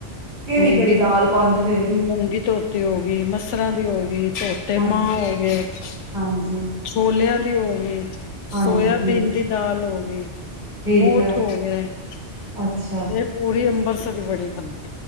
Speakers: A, on the right; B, on the left.
A: ਕਿਹੜੀ
B: ਮੂੰਗੀ
A: ਕਿਹੜੀ ਦਾਲ ਪਾਉਂਦੇ ਫੇਰ ਵੀ?
B: ਮੂੰਗੀ ਧੋਤੀ ਹੋ ਗਈ, ਮੱਸਰਾਂ ਦੀ ਹੋ ਗਈ। ਫਿਰ ਤੇ
A: ਹਾਂਜੀ
B: ਨਾ। <unintelligible>
A: ਹਾਂਜੀ
B: ਛੋਲਿਆਂ ਦੀ ਹੋ ਗੀ
A: ਹਾਂਜੀ
B: ਸੋਇਆਬੀਨ
A: ਠੀਕ
B: ਦੀ ਦਾਲ ਹੋ ਗੀ,
A: ਠੀਕ
B: ਮੋਠ
A: ਹੈ
B: ਹੋ ਗਏ। ਇਹ
A: ਅੱਛਾ
B: ਪੂਰੀ ਅੰ ਮਸਰ ਦੀ ਬੜੀ ਬੰਦੀ